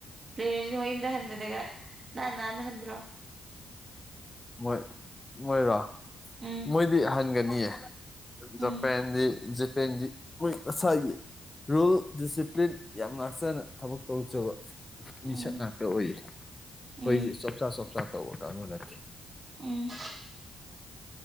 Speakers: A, on the right; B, on the left.
A: ꯂꯩꯔꯁꯤ ꯃ ꯌꯨꯝꯗ ꯍꯟꯕꯗꯒ ꯅꯥꯟꯅ ꯅꯥꯟꯅ ꯍꯟꯗ꯭ꯔꯣ
B: ꯃꯣꯏ ꯃꯣꯏꯔꯣ
A: ꯎꯝ
B: ꯃꯣꯏꯗꯤ ꯍꯟꯒꯅꯤꯌꯦ
A: ꯎꯝ
B: ꯖꯄꯦꯟꯗꯤ ꯖꯄꯦꯟꯣꯏꯁ ꯔꯨꯜ ꯗꯤꯁꯤꯄ꯭ꯂꯤꯟ ꯌꯥꯝ ꯉꯥꯛꯆꯅ ꯊꯕꯛ ꯇꯧꯖꯕ
A: ꯎꯝ
B: ꯃꯤꯁꯛ ꯉꯥꯛꯇ ꯑꯣꯏꯌꯦ ꯑꯩꯈꯣꯏꯗꯤ
A: ꯎꯝ
B: ꯆꯣꯞꯆꯥ ꯆꯣꯞꯆꯥ ꯇꯧꯕ ꯀꯥꯡꯕꯨ ꯅꯠꯇꯦ <inaudible>
A: ꯎꯝ